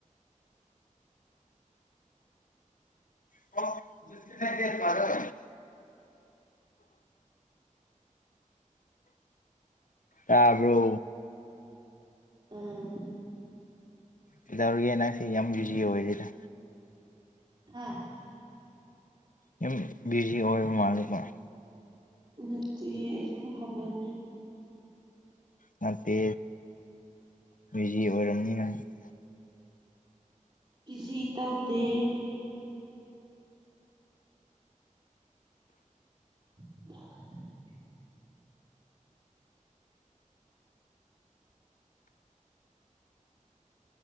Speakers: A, on the left (about 75°); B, on the right (about 35°).
A: <unintelligible> ꯇꯥꯕ꯭ꯔꯣ꯫
B: ꯎꯝ
A: ꯀꯩꯗꯧꯔꯤꯒꯦ ꯅꯡꯁꯦ ꯌꯥꯝ ꯕꯌ꯭ꯨꯖꯤ ꯑꯣꯏꯔꯦꯗꯥ꯫
B: ꯑꯥ
A: ꯌꯥꯝ ꯕꯤꯖꯤ ꯑꯣꯏꯕ ꯃꯥꯜꯂꯦꯕꯥ ꯫
B: ꯅꯠꯇꯤꯌꯦ ꯁꯨꯝ ꯐꯝꯃꯅꯦ ꯫
A: ꯅꯠꯇꯦ ꯕꯌ꯭ꯨꯖꯤ ꯑꯣꯏꯔꯝꯅꯤ ꯅꯪ ꯫
B: ꯕꯤꯖꯤ ꯇꯧꯗꯦ꯫ <inaudible>